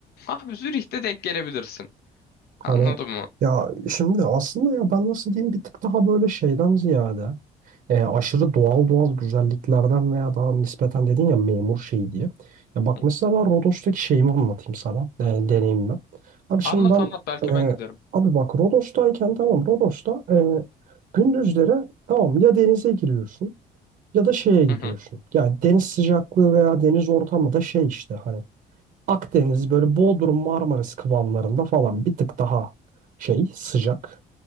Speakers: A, on the left; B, on the right.
A: abi Zürih'te denk gelebilirsin. Anladın
B: Hani
A: mı?
B: ya şimdi aslında ya ben nasıl diyeyim bir tık daha böyle şeyden ziyade e, aşırı doğal doğal güzelliklerden veya daha nispeten dedin ya memur şeyi diye. Ya bak
A: Hı hı.
B: mesela ben Rodos'taki şeyimi anlatayım sana. E, deneyimimi. Abi şimdi
A: Anlat
B: ben
A: anlat belki
B: e,
A: ben giderim.
B: abi bak Rodos'tayken tamam Rodos'ta e, gündüzleri tamam ya denize giriyorsun ya da şeye gidiyorsun.
A: Hı hı.
B: Yani deniz sıcaklığı veya deniz ortamı da şey işte hani Akdeniz böyle Bodrum Marmaris kıvamlarında falan bir tık daha şey sıcak.